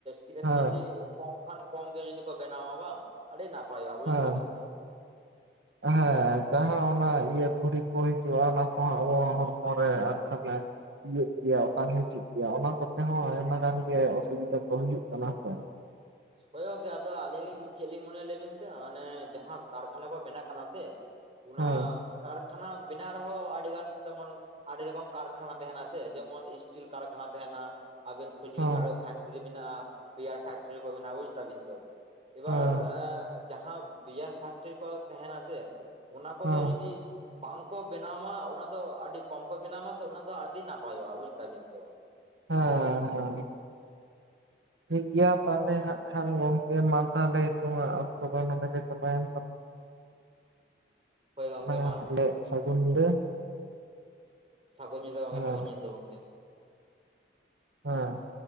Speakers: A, on the right; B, on the right.
A: ᱪᱤᱠᱟᱛᱮ
B: ᱦᱮᱸ
A: ᱡᱩᱫᱤ ᱠᱚᱢ ᱠᱷᱟᱱ ᱠᱚᱢ ᱜᱮ ᱡᱚᱫᱤ ᱠᱚ ᱵᱮᱱᱟᱣᱟ ᱵᱟᱝ ᱟᱹᱰᱤ ᱱᱟᱯᱟ-ᱟ ᱵᱩᱡᱫᱟᱵᱤᱱ
B: ᱦᱮᱸ
A: ᱛᱚ
B: <inaudible> ᱦᱮᱸ ᱡᱟᱦᱟᱸ ᱚᱱᱟ ᱤᱭᱟᱹ ᱫᱷᱩᱲᱤ ᱠᱚ ᱦᱤᱡᱩᱜ-ᱟ ᱚᱱᱟ ᱠᱚᱦᱚᱸ ᱟᱵᱚ ᱦᱚᱲᱢᱚᱨᱮ ᱠᱷᱟᱱ ᱤᱭᱟᱹ ᱜᱮᱭᱟ ᱚᱴᱟᱝ ᱦᱤᱡᱩᱜ ᱜᱮᱭᱟ ᱚᱱᱟ ᱠᱚᱛᱮ ᱦᱚᱸ ᱟᱭᱢᱟ ᱜᱟᱱ ᱜᱮ ᱚᱥᱩᱵᱤᱫᱟ ᱠᱚ ᱦᱩᱭᱩᱜ ᱠᱟᱱᱟ ᱦᱮᱸᱥᱮ
A: ᱦᱳᱭ ᱜᱚᱝᱠᱮ ᱟᱫᱚ ᱟᱹᱞᱤᱧ ᱞᱤᱧ ᱪᱮᱫ ᱞᱤᱧ ᱢᱚᱱᱮᱭᱟ ᱞᱟᱸᱭ ᱵᱤᱱ ᱥᱮ ᱦᱟᱱᱮ ᱡᱟᱦᱟᱸ ᱠᱟᱨᱠᱷᱟᱱᱟ ᱠᱚ ᱵᱮᱱᱟᱜ ᱠᱟᱱᱟ ᱥᱮ ᱚᱱᱟ
B: ᱦᱮᱸ
A: ᱠᱟᱨᱠᱷᱟᱱᱟ ᱵᱮᱱᱟᱣ ᱨᱮᱦᱚᱸ ᱟᱹᱰᱤ ᱜᱟᱱ ᱛᱮᱢᱚᱱ ᱟᱹᱰᱤ ᱨᱚᱠᱚᱢ ᱠᱟᱨᱠᱷᱟᱱᱟ ᱛᱟᱦᱮᱱᱟ ᱥᱮ ᱡᱮᱢᱚᱱ ᱤᱥᱴᱤᱞ ᱠᱟᱨᱠᱷᱟᱱᱟ ᱛᱟᱦᱮᱱᱟ ᱟᱵᱤᱱ ᱠᱟᱠᱷᱨᱮ ᱡᱩᱫᱤ
B: ᱦᱮᱸ
A: ᱠᱟᱨᱚ ᱯᱷᱮᱠᱴᱨᱤᱤ ᱢᱮᱱᱟᱜ-ᱟ ᱵᱤᱭᱟᱨ ᱯᱷᱮᱠᱴᱨᱤᱤ ᱠᱚᱵᱱᱟ ᱵᱩᱡ ᱫᱟᱵᱤᱱ ᱛᱚ ᱮᱵᱟᱨ
B: ᱦᱮᱸ
A: ᱡᱟᱦᱟᱸ ᱵᱤᱭᱟᱨ ᱯᱷᱮᱠᱴᱟᱨᱤ ᱠᱚ ᱛᱟᱦᱮᱱᱟᱥᱮ ᱚᱱᱟ ᱠᱚᱫᱚ
B: ᱦᱮᱸ
A: ᱡᱩᱫᱤ ᱵᱟᱝᱠᱚ ᱵᱮᱱᱟᱣᱢᱟ ᱚᱱᱟ ᱫᱚ ᱟᱹᱰᱤ ᱠᱚᱢ ᱠᱚ ᱵᱮᱱᱟᱣᱢᱟ ᱥᱮ ᱚᱱᱟ ᱫᱚ ᱟᱹᱰᱤ ᱱᱟᱯᱟᱭ-ᱟ ᱵᱩᱡ ᱫᱟᱵᱤᱱ ᱛᱚ
B: ᱦᱮᱸ ᱦᱮᱸ ᱴᱷᱤᱠ ᱜᱮᱭᱟ ᱛᱟᱦᱚᱞᱮ ᱦᱟᱸᱜ ᱠᱷᱟᱱ ᱜᱚᱝᱠᱮ ᱢᱟ ᱛᱟᱦᱚᱞᱮ ᱱᱤᱛᱚᱜ-ᱟ ᱚᱠᱛᱚ ᱫᱚ ᱱᱚᱰᱮ ᱜᱮ ᱪᱟᱵᱟᱭᱮᱱ ᱛᱟᱞᱟᱝ-ᱟ
A: ᱦᱳᱭ ᱜᱚᱝᱠᱮ
B: ᱦᱮᱸ
A: ᱢᱟ
B: ᱛᱟᱦᱚᱞᱮ ᱥᱟᱹᱜᱩᱱ ᱧᱤᱫᱟᱹ
A: ᱥᱟᱹᱜᱩᱱ ᱧᱤᱫᱟᱹ ᱜᱚᱝᱠᱮ
B: ᱦᱮᱸ
A: ᱥᱟᱹᱜᱩᱱ ᱧᱤᱫᱟᱹ ᱜᱚᱝᱠᱮ
B: ᱦᱮᱸ